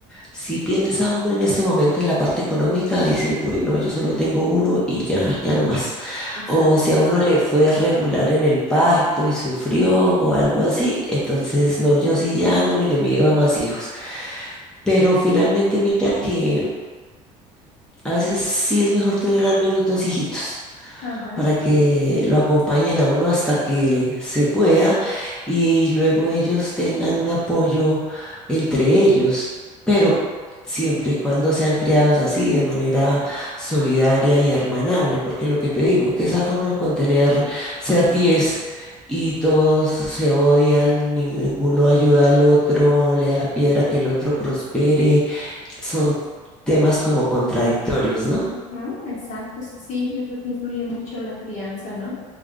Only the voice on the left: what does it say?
Exacto.
Ajá,
ujú, exacto. Sí, sí, yo creo que influye mucho la crianza, ¿no?